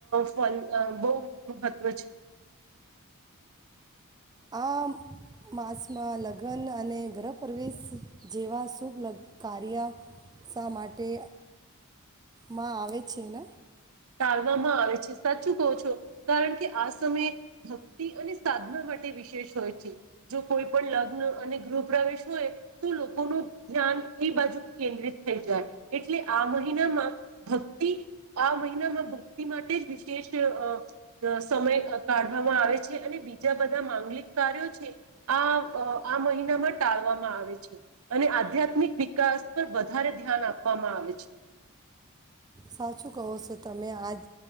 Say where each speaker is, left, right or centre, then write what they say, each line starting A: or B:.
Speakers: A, on the right (about 70°); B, on the right (about 20°).
A: ફલ અ બહુ મહત્વ છે
B: આ માસમાં લગ્ન અને ગૃહ પ્રવેશ જેવા શુભ લ કાર્ય માટે માં આવે છે ને
A: ટળવામાં આવે છે સાચું કો છો કારણ કે આ સમય ભક્તિ અને સાધના માટે વિશેષ હોય છે જો કોઈ પણ લગ્ન અને ગૃહ પ્રવેશ હોય તો લોકોનું ધ્યાન એ બાજુ કેન્દ્રિત થઈ જાય એટલે આ મહિનામાં ભક્તિ આ મહ મહમાં ભક્તિ માટે જ વિશેષ અ સમય કાઢવામાં આવે છે અને બીજા બધા માંગલિક કાર્યો છે આ આ મહિનામાં ટાળવામાં આવે છે અને આધ્યાત્મિક વિકાસ પર વધારે ધ્યાન આપવામાં આવે છે
B: સાચું કહો છો તમે આજ